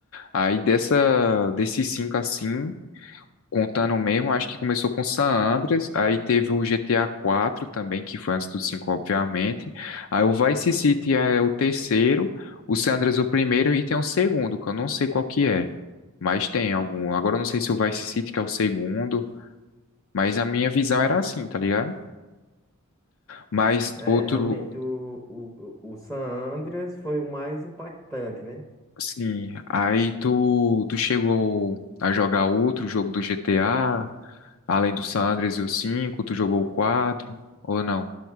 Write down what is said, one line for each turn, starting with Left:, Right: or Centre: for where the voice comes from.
Left: Aí dessa, desses cinco assim. Contando mesmo, acho que começou com San Andreas, aí teve o GTA 4 também, que foi antes do 5, obviamente. Aí o Vice City é o terceiro, o San Andreas o primeiro e tem o segundo, que eu não sei qual que é, mas tem algum. Agora eu não sei se o Vice City que é o segundo, mas a minha visão era assim, tá ligado? Mas
Centre: É,
Left: outro,
Centre: realmente, o, o, o San Andreas foi o mais impactante, né?
Left: sim, aí tu, tu chegou a jogar outro jogo do GTA, além do San Andreas e o 5, tu jogou o 4 ou não?